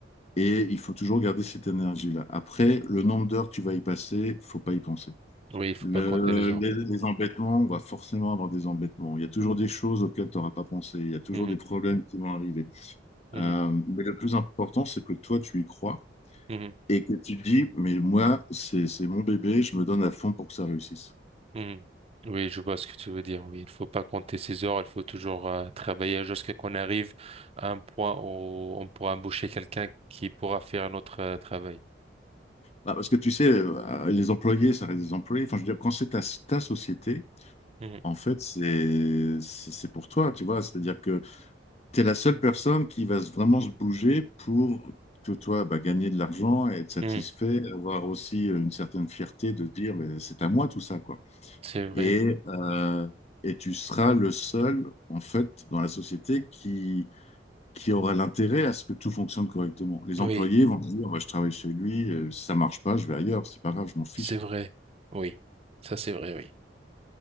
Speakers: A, on the left; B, on the right.
A: Et il faut toujours garder cette énergie-là. Après, le nombre d'heures que tu vas y passer, faut pas y penser.
B: oui, il faut
A: Le-
B: pas compter les heures.
A: les, les embêtements, on va forcément avoir des embêtements. Il y a toujours des choses auxquelles tu n'auras pas pensé. Il y a toujours
B: Mhm,
A: des problèmes qui vont arriver.
B: mhm,
A: Euh, mais le plus important, c'est que toi, tu y crois
B: mhm.
A: et que tu te dis, mais moi, c'est, c'est mon bébé, je me donne à fond pour que ça réussisse.
B: Mhm. Oui, je vois ce que tu veux dire. Oui, il faut pas compter ses heures. Il faut toujours euh, travailler jusqu'à qu'on arrive à un point où on pourra embaucher quelqu'un qui pourra faire notre euh, travail.
A: Bah, parce que tu sais, euh, les employés, ça reste des employés. Enfin, je veux dire, quand c'est ta, ta société,
B: Mhm.
A: en fait, c'est c'est c'est pour toi, tu vois. C'est-à-dire que tu es la seule personne qui va se- vraiment se bouger pour que toi, bah, gagner de l'argent, être satisfait,
B: Mhm.
A: avoir aussi euh, une certaine fierté de dire, mais c'est à moi tout ça, quoi.
B: C'est vrai.
A: Et, euh, et tu seras le seul, en fait, dans la société qui, qui aura l'intérêt à ce que tout fonctionne correctement. Les
B: Oui,
A: employés vont se dire, bah, je travaille chez lui, euh, si ça marche pas, je vais ailleurs, c'est pas grave, je m'en fiche,
B: c'est
A: quoi.
B: vrai. Oui, ça c'est vrai, oui.